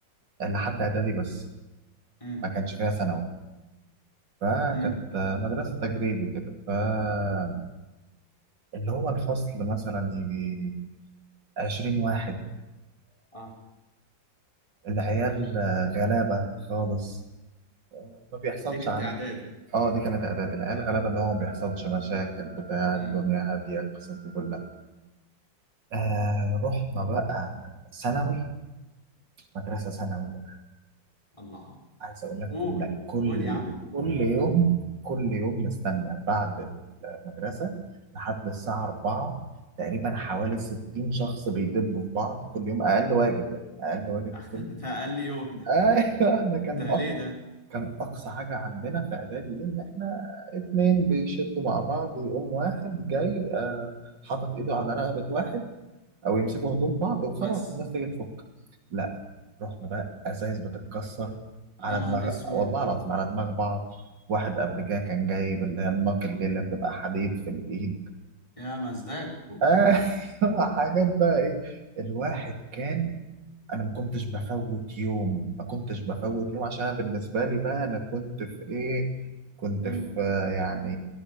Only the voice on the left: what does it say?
امم
امم
اه
دي كانت
اعدادي
امم
الله
قول
قول يا عم قول
<laughs>
ده اقل يوم ده
ده
ليه ده
بس
يا نهار
اسود
يا مزاجه مم.
<laughs>